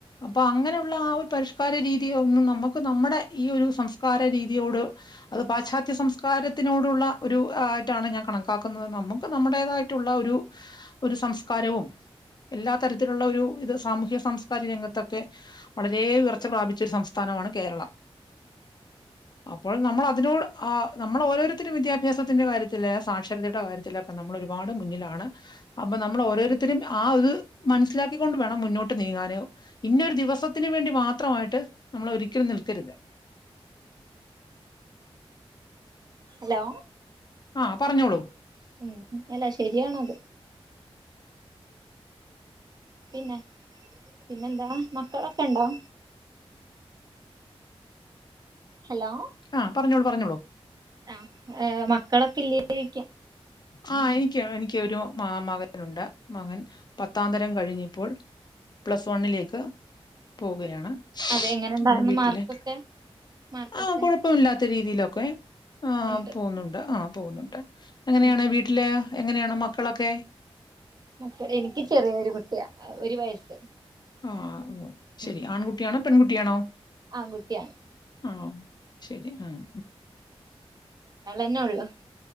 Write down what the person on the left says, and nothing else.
അപ്പൊ അങ്ങനെയുള്ള ആ ഒരു പരിഷ് കാര രീതി ഒന്നും നമുക്ക് നമ്മുടെ ഈ ഒരു സംസ്കാര രീതിയോട്, അത് പാശ്ചാത്യ സംസ്കാരത്തിനോടുള്ള ഒരു ആയിട്ടാണ് ഞാൻ കണക്കാക്കുന്നത്. നമുക്ക് നമ്മുടേതായിട്ടുള്ള ഒരു ഒരു സംസ്കാരവും എല്ലാ തരത്തിലുള്ള ഒരു ഇത് സാമൂഹ്യ സാംസ്കാരിക രംഗത്തൊക്കെ വളരേ ഉയർച്ച പ്രാപിച്ച ഒരു സംസ്ഥാനമാണ് കേരളം. അപ്പോൾ നമ്മൾ അതിനോ ആ നമ്മൾ ഓരോരുത്തരും വിദ്യാഭ്യാസത്തിന്റെ കാര്യത്തില് സാക്ഷരതയുടെ കാര്യത്തില് നമ്മൾ ഒരുപാട് മുന്നിലാണ്. അപ്പൊ നമ്മൾ ഓരോരുത്തരും ആ ഇത് മനസ്സിലാക്കിക്കൊണ്ട് വേണം മുന്നോട്ട് നീങ്ങാന്. ഇന്ന ഒരു ദിവസത്തിന് വേണ്ടി മാത്രമായിട്ട് നമ്മൾ ഒരിക്കലും നിൽക്കരുത്.
ആ പറഞ്ഞോളൂ
ആ പറഞ്ഞോളൂ പറഞ്ഞോളൂ
ആ എനിക്ക്, എനിക്കൊരു മകനുണ്ട്, മകൻ പത്താന്തരം കഴിഞ്ഞിപ്പോൾ പ്ലസ് വണ്ണിലേക്ക് പോവുകയാണ്
അങ്ങനെ വീട്ടില്.
ആ കൊഴപ്പമില്ലാത്ത രീതിയിലൊക് ക്കെ ആ
പോന്നുണ്ട് ആ പോവുന്നുണ്ട് എങ്ങനെയാണ്
വീട്ടില്? എങ്ങനെയാണ് മക്കളൊക്കെ?
ആ ഓ ശരി
ആൺകുട്ടിയാണോ പെൺകുട്ടിയാണോ
ആ ശരി ആഹ്